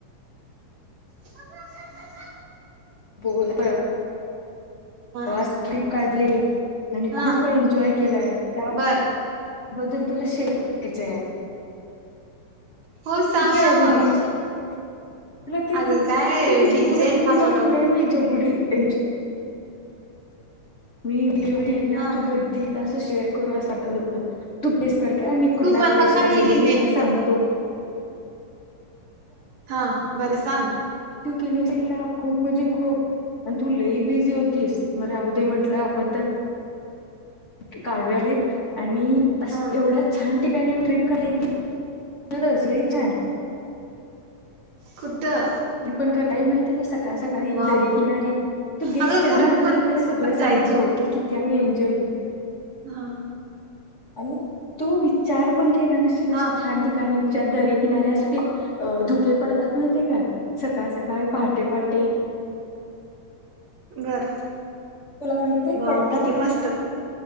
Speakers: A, on the right (about 55°); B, on the left (about 45°).
A: <unintelligible>
B: बोल <inaudible>
A: ह
B: <unintelligible> ट्रिप काढलेली आणि
A: हा
B: खूप एन्जॉय केलाय त्या
A: बर
B: बदल तुला शर्ट द्यायचय
A: हो सांग
B: कुठाय
A: ना मग
B: बरीस तुला किती
A: अगं काय
B: तू कि
A: बिझी
B: तुला
A: आहे
B: किती
A: त्यामुळं
B: कॉल केलेय मी जेवढी एन्जॉय मी बिल गेली ना
A: हा
B: तू कधी त्यास शेअर करू असं वाटत होत तू गेस कर काय मी कुठल्या
A: तू मला
B: प्लेसला
A: का नेली
B: गेलो मी
A: नाही
B: तुला सांगतो
A: हा बरं सांग
B: तू केली तला खूप म्हणजे खूप आणि तू लै बिझी होतीस म राहूदे म्हटलं आपण तर हित काढूया रे आणि
A: हा
B: एवढा छान ठिकाणी ट्रिप काढलेली तु तर हसलेही छान
A: कुठं
B: मी पण कराय <unintelligible> सकाळ सकाळी
A: वाव
B: दरी किनारी तू गेस
A: अगं
B: कर
A: खरंच
B: ना आम्ही
A: मला
B: तुला पहिला
A: निसर्गात
B: सगळं
A: जायचं
B: सांगतो की किती आम्ही एन्जॉय ह
A: हा
B: आणि तू विचार पण केल्या नसशील अशा
A: हा
B: छान ठिकाणी त्या दरी किनारीे असं ते धुके पडतात माहितीय काय? सकाळ सकाळी पहाटे <unintelligible>
A: बरं.
B: तुला माहित आहे
A: व्वाव
B: पडतात
A: किती मस्त-